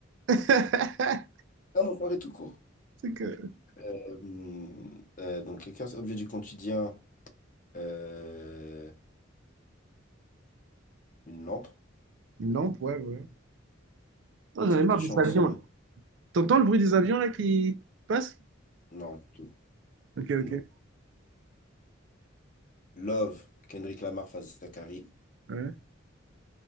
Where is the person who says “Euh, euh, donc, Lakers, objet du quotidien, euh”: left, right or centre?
Left